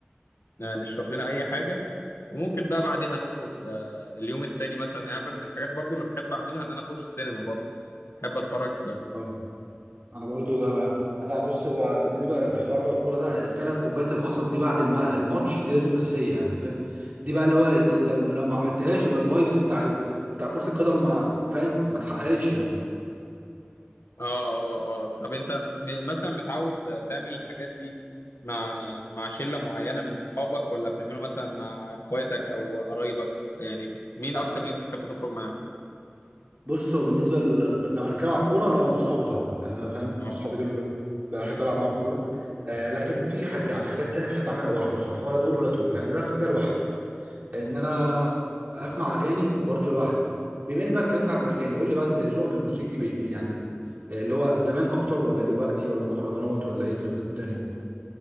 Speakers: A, on the left; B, on the right.
A: آه، نشرب لنا اي حاجه وممكن بقى بعديها نخرج آه، اليوم التاني مثلا يعني من الحاجات برضو اللي بحب اعملها ان انا اخش السينما برضو بحب اتفرج
B: ايوه انا برضو جا بقى لا بص هو بالنسبه للحوار بقى الكوره ده فعلا كوبايه القصب دي بعد الم- الماتش دي لازم اساسيه يعني فاهم دي بقى اللي هو لو لو ما عملتهاش يبقى الفايبس بتاع ال... بتاع كره القدم ما فاهم ما اتحققتش يعني
A: اه اه اه طب انت م- مثلا متعود تعمل الحاجات دي مع مع شلة معينة من صحابك ولا بتعمله مثلا مع اخواتك او قرايبك يعني مين
B: لا
A: اكتر ناس بتحب تخرج
B: بص هو بالنسبه ل... ل- لو هنتكلم على الكوره لا هم اصحابي طبعا يعني انا فاهم
A: معاهم
B: اصحابي دول بحب العب معاهم كوره آه لكن في ح... يعني حاجات تانية بحب اعملها لوحدي بصراحه ولا دول ولا دول يعني الرسم ده لوحدي ان انا اسمع اغاني برضو لوحدي بما اني بقى اتكلمنا عن الاغاني قول لي بقى انت ذوقك الموسيقي بي بي يعني اللي هو زمان اكتر ولا دلوقتي ولا مهرجانات ولا ايه د- الدنيا